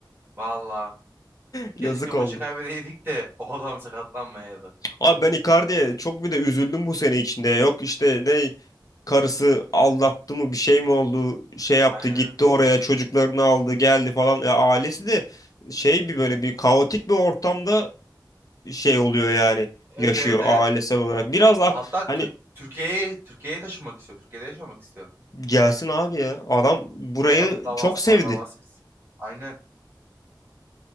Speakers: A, on the right; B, on the left.
A: Vallahi.
B: Yazık
A: Keşke maçı
B: oldu.
A: kaybedeydik de <laughs> o adam sakatlanmayaydı.
B: Abi ben Icardi'ye çok bir de üzüldüm bu sene içinde yok işte ne karısı aldattı mı bir şey mi oldu şey yaptı
A: Aynen.
B: gitti oraya çocuklarını aldı geldi falan ya ailesi de şey bir böyle bir kaotik bir ortamda şey oluyor yani
A: Evet
B: yaşıyor
A: evet evet
B: ailesel olarak biraz ak-
A: hatta Türk
B: hani
A: Türkiye'ye Türkiye'ye taşınmak istiyor. Türkiye'de yaşamak istiyor.
B: Gelsin abi ya. Adam burayı
A: Şu an davası
B: çok sevdi.
A: var. Davası biz. Aynen.